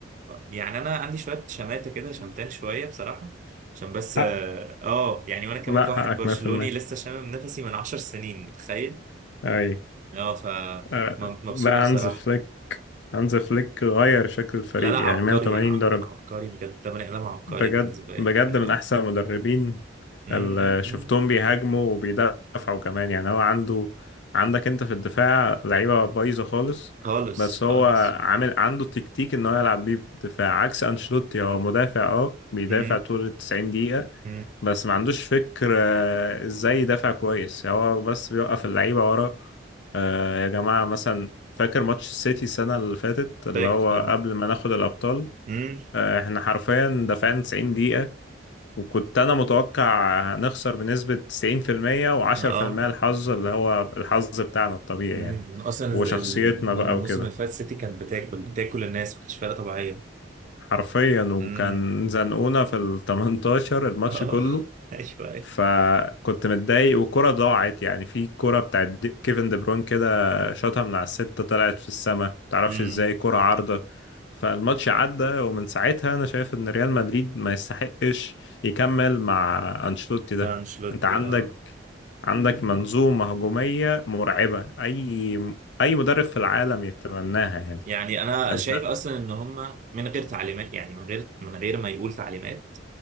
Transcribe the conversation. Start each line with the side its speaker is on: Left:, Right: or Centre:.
Right: يعني انا عندي شويه شماته كده شمتان شويه بصراحه عشان بس
Left: حق
Right: اه آه، يعني وانا كمان
Left: لا
Right: كواحد
Left: حقك
Right: برشلوني
Left: 100%
Right: لسه شامم نفسي من عشر سنين متخيل
Left: أيوة
Right: اه ف
Left: أه.
Right: م- مبسوط
Left: لا
Right: بصراحة
Left: هانز فليك هانز فليك غير شكل الفريق
Right: لا لا عبقري
Left: يعني 180
Right: ع-
Left: درجة
Right: عبقري بجد ده بني ادم عبقري
Left: بجد
Right: بالنسبة
Left: بجد
Right: لي اه
Left: من أحسن المدربين
Right: م-
Left: ال-
Right: م-
Left: شفتهم
Right: م.
Left: بيهاجموا وبيدافعوا كمان يعني هو عنده عندك انت في الدفاع لعيبة بايظة خالص
Right: خالص
Left: بس هو
Right: خالص
Left: عامل عنده تكتيك ان هو يلعب بيه بدفاع عكس انشيلوتي هو مدافع اه بيدافع
Right: م-
Left: طول ال 90 دقيقة
Right: م.
Left: بس ما عندوش فكر آه، ازاي يدافع كويس هو بس بيوقف اللعيبة ورا آه، يا جماعة مثلا فاكر ماتش السيتي السنة اللي فاتت اللي
Right: فاكر
Left: هو
Right: طبعا
Left: قبل ما ناخد الأبطال
Right: م.
Left: آه، احنا حرفيا دافعنا 90 دقيقة وكنت انا متوقع هنخسر بنسبة 90% و10%
Right: اه
Left: الحظ اللي هو الحظ بتاعنا الطبيعي
Right: م.
Left: يعني
Right: اصلا
Left: وشخصيتنا
Right: ال-
Left: بقى
Right: الموسم
Left: وكده
Right: اللي فات سيتي كانت بتاكل بتاكل الناس ما كانتش فرقة طبيعية
Left: حرفيا وكان
Right: م.
Left: زنقونا في ال 18 الماتش
Right: اه
Left: كله
Right: <laughs> ايوه ايوه
Left: فكنت متضايق وكرة ضاعت يعني في كرة بتاعت دي- كيفن دي بروين كده شاطها من على الستة طلعت في السماء متعرفش
Right: م.
Left: ازاي كرة عارضة فالماتش عدى ومن ساعتها انا شايف ان ريال مدريد ما يستحقش يكمل مع انشيلوتي ده
Right: آه، انشيلوتي
Left: انت عندك
Right: اه
Left: عندك منظومة هجومية مرعبة اي اي مدرب في العالم يتمناها يعني
Right: يعني انا
Left: انت
Right: شايف اصلا ان هم من غير تعليمات يعني من غير من غير ما يقول تعليمات